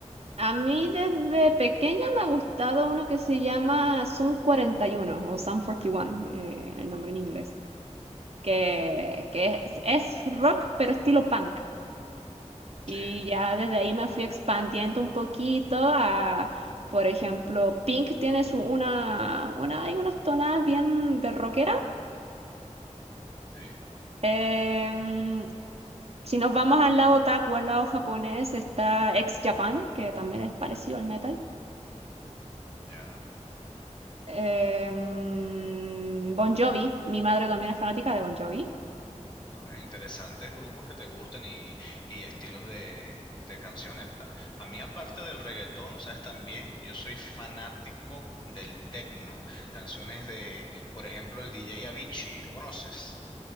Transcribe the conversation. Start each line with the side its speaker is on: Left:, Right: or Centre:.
Right: A mí desde pequeña me ha gustado uno que se llama Sum 41 o Sum 41, eh, el nombre en inglés, que, que es, es rock pero estilo punk.
Left: Sí,
Right: Y ya desde ahí me fui expandiendo un poquito a, por ejemplo, Pink tiene su, una, una, hay unas tonadas bien de rockera
Left: sí,
Right: Em, si nos vamos al lado otaku, al lado japonés, está Ex Japan, que también es parecido al metal.
Left: ya.
Right: Em, Bon Jovi, mi madre también es fanática de Bon Jovi.
Left: No, mira, interesantes grupos que te gustan y, y estilos de, de canciones. A, a mí, aparte del reggaetón, sabes también, yo soy fanático del techno Canciones de, por ejemplo, el DJ Avicii, ¿lo conoces?